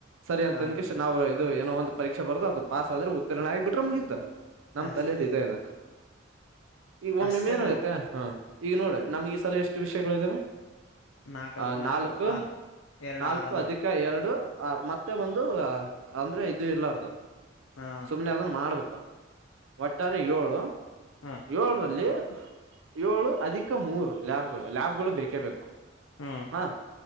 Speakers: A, on the right; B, on the left.
A: ಸರಿ ಅಂತಂದ
B: ಹಾ
A: ನಾವು ಇದು ಏನೋ ಒಂದು ಪರೀಕ್ಷೆ ಬರದ ಅದು ಪಾಸ್ ಆದ್ರೆ ಉತ್ತೀರ್ಣ ಆಗಿ ಬಿಟ್ರೆ ಮುಗೀತ ನಮ್ಮ್
B: ಅಷ್ಟೆ
A: ತಲೇಲಿ ಇದೆ ಅದ ಈಗ ಒಮ್ಮೆಮ್ಮೆ
B: ಅಷ್ಟೇ
A: ಏನಾಗುತ್ತೆ
B: ನಾವು
A: ಹಾ ಈಗ ನೋಡ ನಮ್ಗೆ ಈ ಸಲ ಎಷ್ಟು ವಿಷಯಗಳು ಇದಾವೆ
B: ನಾಲ್ಕ
A: ಆ ನಾಲ್ಕು
B: ಆರು
A: <inaudible>
B: ಎರಡು
A: ನಾಲ್ಕು
B: ಆರ್ ಅದಾವ
A: ಅಧಿಕ ಎರಡು ಆ ಮತ್ತೆ ಒಂದು ಅಂದ್ರೆ ಇದು ಇರ್ಲಾರ್ದು
B: ಹಾ
A: ಸುಮ್ಮನೆ ಅದನ್ನ ಮಾಡ್ಬೇಕು <inaudible> ಒಟ್ಟಾರೆ ಏಳು
B: ಹು
A: ಯೊಳರಲ್ಲಿ ಏಳು ಅಧಿಕ ಮೂರು ಲ್ಯಾಬ್ಗಳು ಲ್ಯಾಬ್ಗಳು ಬೇಕೇ ಬೇಕು.
B: ಹು
A: ಹಾ